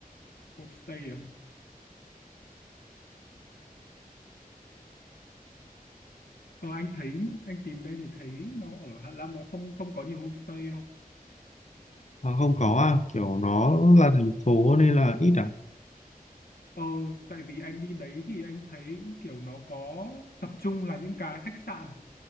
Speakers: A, on the left; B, on the left.
A: homestay à? Ờ, anh thấy anh tìm đây thì thấy nó ở Hạ Long nó không không có nhiều homestay đâu.
B: à, không có à kiểu nó
A: Ừ.
B: là thành phố nên là ít à
A: Ờ, tại vì anh đi đấy thì anh thấy kiểu nó có tập trung là những cái khách sạn,